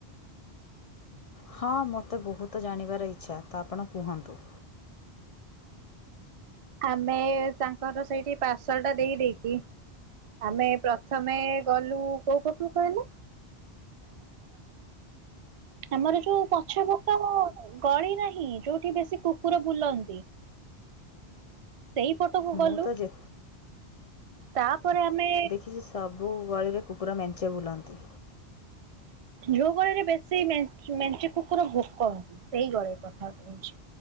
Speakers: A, on the left (about 60°); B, on the right (about 45°).
A: ହଁ ମୋତେ ବହୁତ ଜାଣିବାର ଇଚ୍ଛା ତ ଆପଣ କୁହନ୍ତୁ?
B: ଆମେ ତାଙ୍କର ସେଇଠି ପାର୍ସଲ ଟା ଦେଇ ଦେଇେକି ଆମେ ପ୍ରଥମେ ଗଲୁ କୋଉପଟୁକୁ କହିଲେ? ଆମର ଯୋଉ ପଛ ପଟ ଗଳି ନାହିଁ ଯୋଉଠି ବେଶୀ କୁକୁର ବୁଲନ୍ତି। ସେଇ ପଟକୁ ଗଲୁ।
A: ମୁଁ ତ ଯେ
B: ତାପରେ ଆମେ
A: କିଛି ସବୁ ଗଳିରେ କୁକୁର ମେଞ୍ଚେ ବୁଲନ୍ତି।
B: ଯଉଗଳିରେ ବେଶୀ ମେଞ୍ଚି ମେଞ୍ଚେ କୁକୁର ଭୁକନ୍ତି। ସେଇ ଗଳି କଥା କହୁଛି।